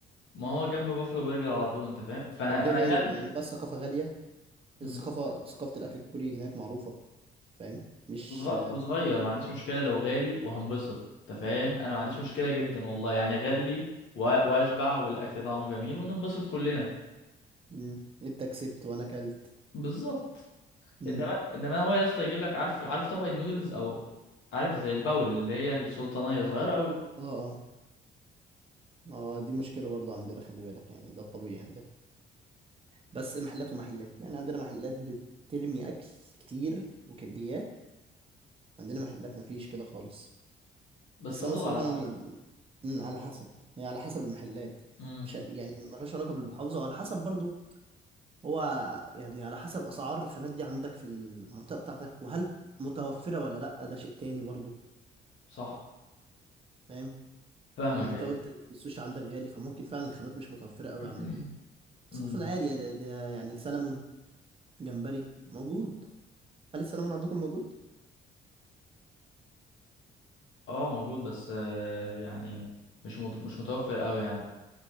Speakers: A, on the left; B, on the right.
A: ما هو جنب بافلو برجر على طول انت فاهم فانا
B: طب ليه
A: انا
B: غالي
A: اكلت
B: ما يعني بقى الثقافة غالية
A: مم.
B: الثقافة ثقافة الأكل الكوري هناك معروفة فاهم مش
A: وصغ- وصغير ما عنديش مشكله لو غالي وهنبسط انت فاهم انا ما عنديش مشكله جدا والله يعني غلي و- واشبع والاكل طعمه جميل وننبسط كلنا
B: امم انت كسبت وانا كلت
A: بالظبط
B: امم
A: انما انما هو يا اسطى يجيب لك عارف عارف طبق النودلز او عارف زي الباول اللي هي السلطانيه صغيره قوي
B: اه اه ما هو دي مشكلة برضو عندنا خلي بالك يعني ده الطبيعي عندنا بس محلات ومحلات يعني عندنا محلات بترمي أكل كتير وكميات عندنا محلات مفيش كده خالص
A: بس
B: بس
A: برضه
B: أنا الصراحة
A: على حسب
B: يعني امم، على حسب يعني على حسب المحلات
A: امم
B: مش ه- يعني ملوش علاقة بالمحافظة وعلى حسب برضو هو يعني على حسب اسعار الخامات دي عندك في المنطقه بتاعتك وهل متوفره ولا لا ده شيء تاني برضو
A: صح
B: فاهم
A: فاهمك
B: لان انت
A: ايوه
B: قلت إن السوشي عندك غالي فممكن فعلا الخامات مش متوفره قوي
A: <clears throat>
B: عندكم بس
A: امم
B: المفروض عادي يعني ده ده يعني سلمون جمبري موجود هل السلمون عندكم موجود
A: اه موجود بس آه، يعني مش مت... مش متوفر قوي يعني